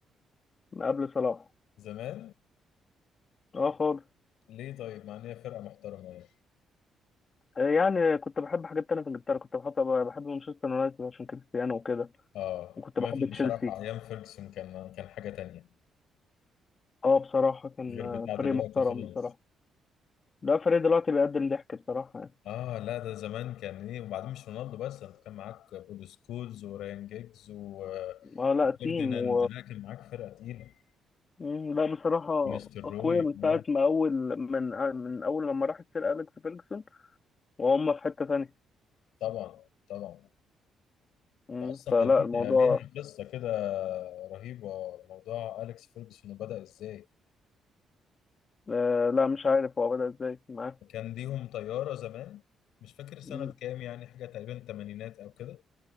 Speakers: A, on the left (about 40°); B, on the left (about 85°).
A: من قبل صلاح
B: زمان
A: اه خالص
B: ليه طيب مع ان هي فرقه محترمه يعني
A: آه، يعني كنت بحب حاجات تانية في انجلترا كنت بحب بحب مانشستر يونايتد عشان كريستيانو وكده
B: اه
A: وكنت
B: يونايتد
A: بحب
B: بصراحه
A: تشيلسي
B: ايام فيرجسون كان كان حاجه تانية
A: اه بصراحة كان
B: غير
A: آه،
B: بتاع دلوقتي
A: فريق محترم
B: خالص
A: بصراحة لا فريق دلوقتي بيقدم ضحك بصراحة يعني
B: اه لا ده زمان كان ايه وبعدين مش رونالدو بس انت كان معاك بول سكولز وراين جيجز و آه،
A: اه لا
B: فيرديناند
A: تيم و
B: لا كان معاك فرقه تقيله
A: مم، لا بصراحة
B: ونستر
A: أقوياء
B: روي
A: من
B: لا،
A: ساعة ما أول من آه، من أول لما راح السير أليكس فيرجسون وهم في حتة تانية
B: طبعا طبعا
A: مم،
B: ده اصلا
A: فلا
B: ده ليه
A: الموضوع
B: ليها قصه كده رهيبه موضوع اليكس فيرجسون وبدا ازاي
A: آه، لا مش عارف هو بدأ إزاي معاه
B: كان ليهم طياره زمان مش فاكر سنه
A: مم،
B: كام يعني حاجه تقريبا تمانينات او كده